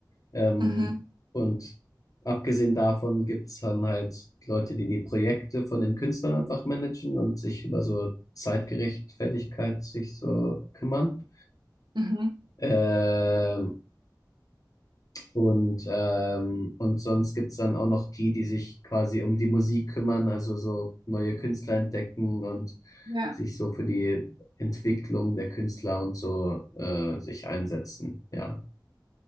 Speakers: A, on the left; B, on the right.
A: Ähm,
B: Mhm.
A: und abgesehen davon gibt's dann halt Leute, die die Projekte von den Künstlern einfach managen und sich über so Zeitgerechtfertigkeit sich so kümmern.
B: Mhm.
A: Ähm, und, ähm, und sonst gibt's dann auch noch die, die sich quasi um die Musik kümmern, also so neue Künstler entdecken und
B: Ja,
A: sich so für die Entwicklung der Künstler und so äh, sich einsetzen. Ja.